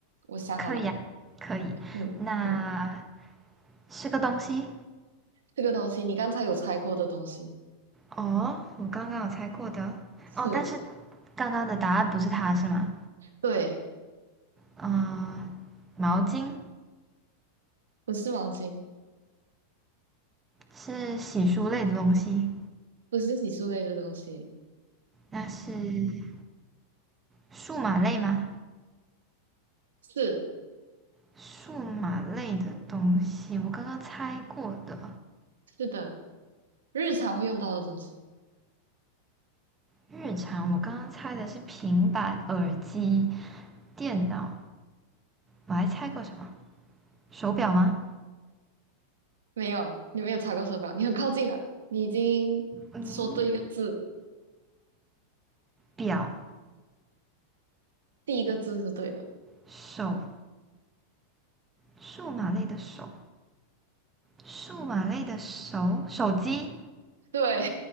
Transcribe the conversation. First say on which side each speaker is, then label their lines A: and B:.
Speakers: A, on the right; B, on the right.
A: 我想好了，
B: 可以啊，可以。
A: 嗯嗯，
B: 那是个东西。
A: 这个东西你刚才有猜过的东西
B: 哦，我刚刚有猜过的。
A: 是，
B: 哦，但是刚刚的答案不是它是吗？
A: 对，
B: 嗯、毛巾。
A: 不是毛巾，
B: 是洗漱类的东西，
A: 不是洗漱类的东西，
B: 那是数码类吗？
A: 是
B: 数码类的东西，我刚刚猜过的。
A: 是的，日常会用到的东西。
B: 日常我刚刚猜的是平板、耳机、电脑，我还猜过什么？手表吗？
A: 没有，你没有猜过手表，你很靠近了，你已经说对一个字，
B: 嗯，表、
A: 第一个字是对的。
B: 手，数码类的手，数码类的手，手机
A: 对，